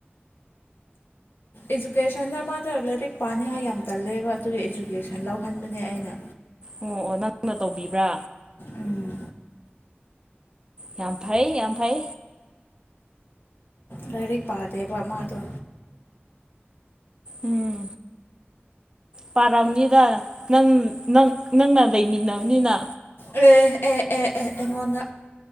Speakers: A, on the left; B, on the right.
A: ꯏꯖꯨꯀꯦꯁꯟꯗ ꯃꯥꯗ ꯂꯥꯏꯔꯤꯛ ꯄꯥꯅꯤꯡꯉꯥꯏ ꯌꯥꯝ ꯇꯜꯂꯦꯕ ꯑꯗꯨꯒꯤ ꯏꯖꯨꯀꯦꯁꯟ ꯂꯧꯍꯟꯕꯅꯦ ꯑꯩꯅ
B: ꯑꯣ ꯑꯣ ꯅꯪꯅ ꯇꯧꯕꯤꯕ꯭ꯔꯥ
A: ꯎꯝ
B: ꯌꯥꯝ ꯐꯩ ꯌꯥꯝ ꯐꯩ
A: ꯂꯥꯏꯔꯤꯛ ꯄꯥꯗꯦꯕ ꯃꯥꯗꯣ
B: ꯎꯝ ꯄꯔꯥꯎꯅꯤꯗ ꯅꯪ ꯅꯪ ꯅꯪ ꯂꯩꯃꯤꯟꯅꯕꯅꯤꯅ
A: ꯑꯦ ꯑꯦ ꯑꯦ ꯑꯦ ꯑꯩꯉꯣꯟꯗ